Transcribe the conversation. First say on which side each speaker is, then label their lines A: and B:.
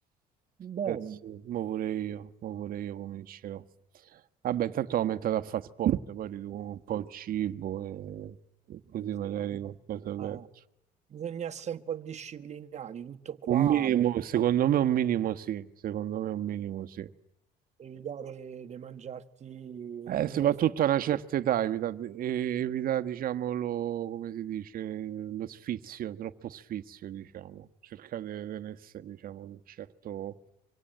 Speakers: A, on the right; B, on the right.
A: Bene,
B: Eh sì, mo pure io, mo pure io comincerò. Vabbè, intanto ho aumentato a fare sport, poi riduco un po' il cibo e e così
A: sì.
B: magari qualcosa
A: Ah,
B: perdo.
A: bisogna essere un po' disciplinati, tutto qua,
B: Un minimo,
A: ma
B: secondo me un minimo sì, secondo me un minimo sì.
A: devi dare di mangiarti
B: Eh,
A: quando
B: soprattutto
A: vai a fare-
B: a una certa età, evita, e- evita, diciamo, lo, come si dice, lo sfizio, troppo sfizio, diciamo. Cercate di tenersi, diciamo, un certo,